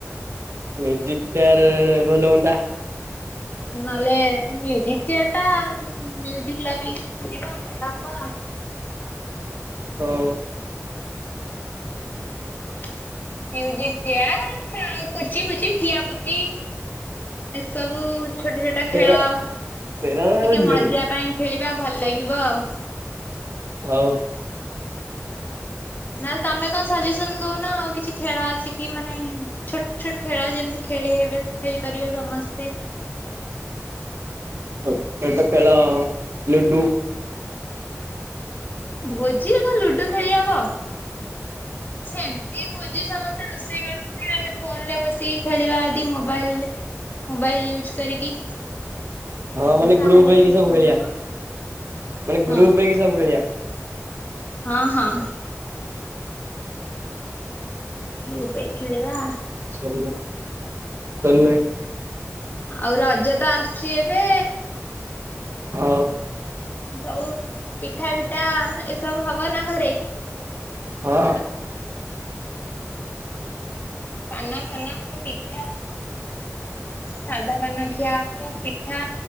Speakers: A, on the right; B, on the left.
A: ମ୍ୟୁଜିକ୍ ଚେୟାର୍ ଭଲ ହୁଅନ୍ତା।
B: ନହେଲେ ମ୍ୟୁଜିକ୍ ଚେୟାର୍ ଟା ମ୍ୟୁଜିକ୍ ଲଗେଇକି ଖେଳିବା ଭଲ ହବ।
A: ହଁ।
B: <inaudible> ମ୍ୟୁଜିକ୍ ଚେୟାର୍ ପୁଚି ଫୁଚି ଠିଆ ପୁଚି। ଏସବୁ ଛୋଟ ଛୋଟ
A: ସେରା
B: ଖେଳ। <inaudible>
A: ସେରା
B: ଟିକେ
A: ସବୁ ଝିଅ
B: ମଜା
A: ପିଲା
B: ପାଇଁ ଖେଳିବା ଭଲ ଲାଗିବ ଆଉ।
A: ହଉ।
B: ନହେଲେ ତମେ କଣ ସଜେସନ୍ ଦଉନ ଆଉ କିଛି ଖେଳ ଅଛି କି ମାନେ ଛୋଟ୍ ଛୋଟ୍ ଖେଳ ଯେମିତି ଖେଳି ହେବେ ଖେଳିପାରିବେ ସମସ୍ତେ।
A: ଗୋଟିଏ ତ ଖେଳ ଲୁଡୁ।
B: ଭୋଜିରେ କଣ ଲୁଡୁ ଖେଳିହବ ସେମିତି ଭୋଜି ସମସ୍ ତୋ ରୋଷେଇ କରିଥିବେ ଆମେ ଫୋନ ରେ ବସିକି ଖେଳିବା ଆଦି ମୋବାଇଲରେ ମୋବାଇଲ୍ ୟୁଜ୍ କରିକି।
A: ହଁ ମାନେ
B: ତାହେଲେ
A: ଗ୍ରୁପ ହେଇକି ସବୁ
B: ଖେଳି
A: ଖେଳିଆ
B: ହବ।
A: ମାନେ ଗ୍ରୁପ
B: ହଁ
A: ହେଇକି ସବୁ ଖେଳିଆ।
B: ହଁ ହଁ। ରୁପାଇ ଖେଳିିବା?
A: ସେ ସାନ ଭାଇ
B: ଆଉ ରଜ ତ ଆସିଛି ଏବେ
A: ହଉ
B: ସବୁ ପିଠା ପିଠା ଏସବୁ ହବ ନା ଘରେ?
A: ହଁ
B: ପାନ ପାନ ପିଠା ସାଧା ପାନ ଖିଆ ହବ ପିଠା